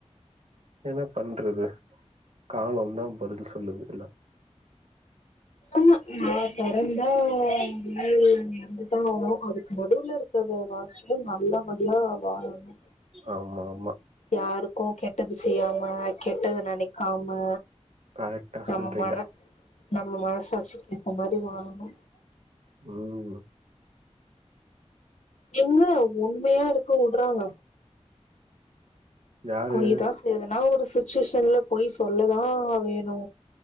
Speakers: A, on the right; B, on the left.
A: என்ன பண்றது காலம்தா பதில் சொல்லுது எல்லா
B: ஸ்கூல் நா பொறந்த <unintelligible> அது வந்து தா <unintelligible> க்க ஒரு வாழ்க்கையு நல்லபடியா வாழணு
A: ஆமா ஆமா
B: யாருக்கு கெட்டது செய்யாம கெட்டத நெனைக்காம
A: கரெக்டா
B: நம்ம
A: சொல்றீங்க.
B: மன நம்ம மனசாட்சிக் கேத்த மாரி வாளணு
A: ம்
B: எங்க உண்மையா இருக்க உட்றாங்க
A: யாரு
B: பொய்தா சைதுன்னா ஒரு சுச்சுவேஷன்ல பொய் சொல்லதா வேணு